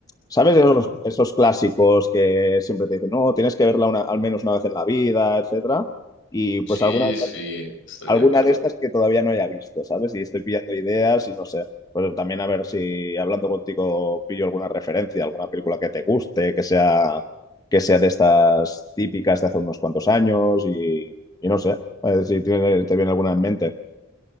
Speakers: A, on the left; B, on the left.
A: ¿sabes?
B: Ah,
A: Esos, esos clásicos que siempre te dicen, no, tienes que verla una- al menos una vez en la vida, etcétera. Y pues
B: sí,
A: alguna de
B: sí, estoy
A: alguna
B: de acuerdo.
A: de estas que todavía no haya visto, ¿sabes? Y estoy pillando ideas y no sé. Pues también a ver si hablando contigo pillo alguna referencia, alguna película que te guste, que sea, que sea de estas típicas de hace unos cuantos años y, y no sé, a ver si tiene- te viene alguna en mente.